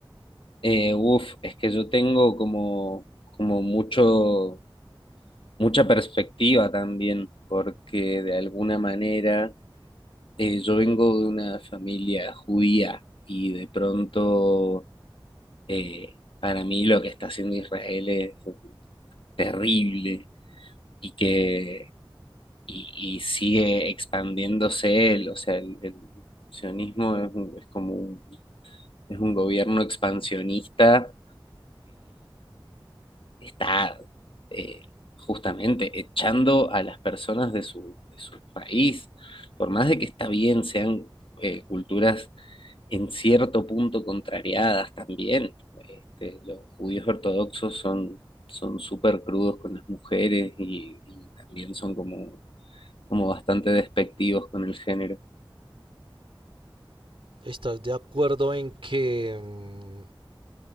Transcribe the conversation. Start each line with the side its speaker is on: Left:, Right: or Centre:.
Left: eh, uf, es que yo tengo como, como mucho mucha perspectiva también, porque de alguna manera eh, yo vengo de una familia judía y de pronto eh, para mí lo que está haciendo Israel es terrible y que y, y sigue expandiéndose él, o sea, el, el sionismo es, un- es como un, es un gobierno expansionista está eh, justamente echando a las personas de su, de su país, por más de que está bien, sean eh, culturas en cierto punto contrariadas también. Este, los judíos ortodoxos son son súper crudos con las mujeres y, y también son como, como bastante despectivos con el género.
Right: ¿Estás de acuerdo en que mmm,